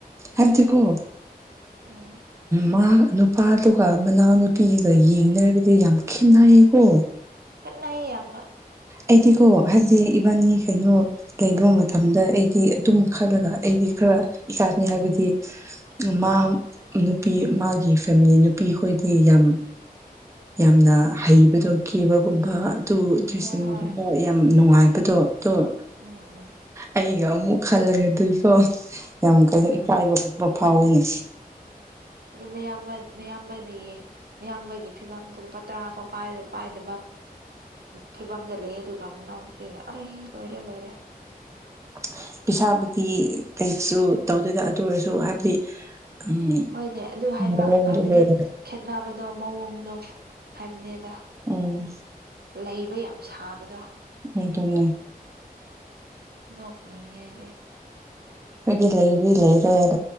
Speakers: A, on the right (about 20°); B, on the right (about 80°).
A: ꯑꯝꯇꯀꯣ
B: ꯎꯝ
A: ꯃꯥ ꯅꯨꯄꯥꯗꯨꯒ ꯃꯅꯥꯎꯅꯨꯄꯤꯒ ꯌꯦꯡꯅꯔꯗꯤ ꯌꯥꯝ ꯈꯦꯠꯅꯩꯌꯦꯀꯣ
B: ꯈꯦꯠꯅꯩ ꯌꯥꯝꯅ
A: ꯑꯩꯗꯤꯀꯣ ꯍꯥꯏꯕꯗꯤ ꯏꯕꯥꯟꯅꯤ ꯀꯩꯅꯣ ꯂꯩꯕ ꯃꯇꯝꯗ ꯑꯩꯗꯤ ꯑꯗꯨꯝ ꯈꯜꯂꯒ ꯑꯩꯗꯤ ꯈꯔ ꯏꯀꯥꯟꯅꯤ ꯍꯥꯏꯕꯗꯤ ꯃꯥ ꯅꯨꯄꯤ ꯃꯥꯒꯤ ꯐꯦꯃꯤꯂꯤ ꯅꯨꯄꯤ ꯈꯣꯏꯗꯤ ꯌꯥꯝ ꯌꯥꯝꯅ ꯍꯩꯕꯗꯣ ꯀꯦꯕꯒꯨꯝꯕ ꯑꯗꯨ ꯗ꯭ꯔꯦꯁꯤꯡꯒꯨꯝꯕ
B: ꯍꯣꯏ ꯍꯣꯏ
A: ꯌꯥꯝ ꯅꯨꯡꯉꯥꯏ ꯍꯥꯏꯕꯗꯣ ꯑꯣ
B: ꯎꯝ ꯎꯝ
A: ꯑꯩꯒ ꯑꯃꯨꯛ ꯈꯜꯂꯒꯗꯣꯏꯀꯣ ꯌꯥꯝ ꯀꯩꯅꯣ
B: ꯑꯥ
A: ꯏꯀꯥꯏꯕꯒꯄ ꯐꯥꯎꯏꯅꯦ
B: ꯑꯗꯨ ꯃꯌꯥꯝꯕ ꯃꯌꯥꯝꯕꯗꯤ ꯌꯦꯡ ꯃꯤꯌꯥꯝꯕꯒꯤ ꯐꯤꯕꯝꯗꯨ ꯂꯨꯄꯥ ꯇꯔꯥ ꯐꯥꯎ ꯄꯥꯏꯗꯕ ꯐꯤꯕꯝꯗ ꯂꯩ ꯑꯗꯨꯒ ꯑꯃꯅꯎ ꯅꯨꯄꯤꯅ ꯑꯔ ꯂꯣꯏꯔꯦ ꯂꯣꯏꯔꯦ
A: ꯑ ꯄꯩꯁꯥꯕꯨꯗꯤ ꯀꯩꯁꯨ ꯇꯧꯗꯣꯏꯗ ꯑꯗꯨ ꯑꯣꯏꯔꯁꯨ ꯍꯥꯏꯕꯗꯤ ꯎꯝ
B: ꯍꯣꯏꯅꯦ ꯑꯗꯨ ꯍꯥꯏꯕ
A: ꯃꯑꯣꯡꯗꯣ
B: ꯍꯥꯏꯕꯗꯤ
A: ꯍꯣꯏ
B: ꯈꯦꯠꯅꯕꯗꯣ ꯃꯑꯣꯡꯗꯣ ꯍꯥꯏꯕꯅꯦꯗ
A: ꯑꯣꯝ
B: ꯂꯩꯕ ꯌꯥꯝ ꯁꯥꯕꯗꯣ
A: ꯑ ꯇꯅ
B: ꯊꯣꯛꯞꯅꯤꯉ ꯑꯩꯗꯤ
A: ꯑꯩꯗꯤ ꯂꯩꯔꯤ ꯂꯩꯔꯦ ꯂꯩ